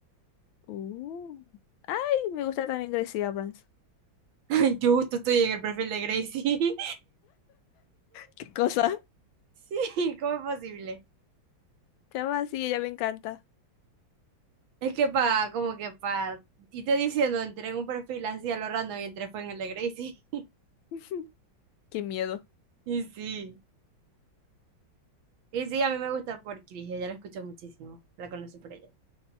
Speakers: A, on the left (about 80°); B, on the right (about 80°).
A: Uh. Ay, me gusta también Gracie Abrams.
B: él. <laughs> Yo justo estoy en el perfil de Gracie. <laughs>
A: ¿Qué cosa?
B: Sí, ¿cómo es posible?
A: Chava, sí, ella me encanta.
B: Es que para, como que para, y te diciendo, entré en un perfil así a lo random y entré fue en el de Gracie. <laughs>
A: <laughs> Qué miedo.
B: Y sí. Y sí, a mí me gusta por Chris, ella la escucho muchísimo, la conocí por ella.